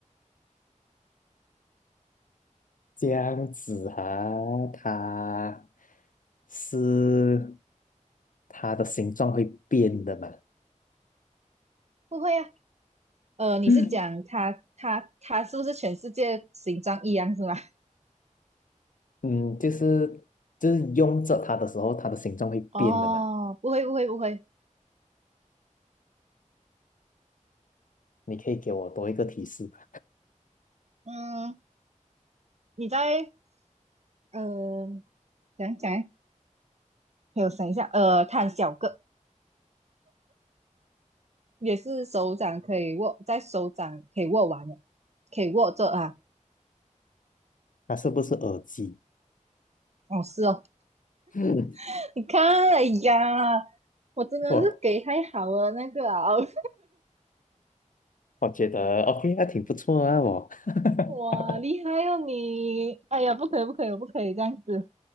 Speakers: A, on the left; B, on the right.
A: 这样子啊，它是它的形状会变的嘛？
B: 不会啊，呃，你是讲他他他是不是全世界形状一样是吗？
A: 嗯，嗯，就是就是用着它的时候，它的形状会变的嘛？
B: <laughs> 哦，不会不会不会，
A: 你可以给我多一个提示吧？
B: 嗯，你在呃讲讲诶，给我想一下，呃，它很小个，也是手掌可以握，在手掌可以握完的，可以握着啊，
A: 它是不是耳机？
B: 哦是哦，
A: <laughs> 嗯，
B: <laughs> 你看，哎呀，我真的是给太好了那个啊。
A: 哇，
B: 哦
A: 我觉得 OK，那挺不错啊，我 <laughs>
B: 哇，厉害哦你！哎呀，不可以，不可以，我不可以这样子。